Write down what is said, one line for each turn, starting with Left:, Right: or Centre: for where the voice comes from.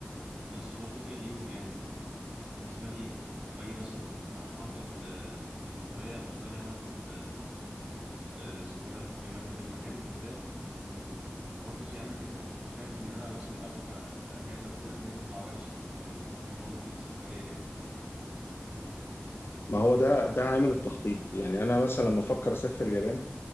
Right: بس برضه في عيوب يعني بالنسبة لي لما أجي مثلا أخطط ل... لسفرية أو كده ليها علاقة ب... آه، اسمه إيه ده بمكان بالمكان بالذات يعني برضه في أماكن بخاف إن أنا مثلا أروح أك- أجازة أو كده إن هي تطلع وحشة فإن هي تبوظ لي السفرية يعني
Left: ما هو ده ده عامل التخطيط يعني انا مثلا
Right: مم.
Left: لما افكر اسافر اليابان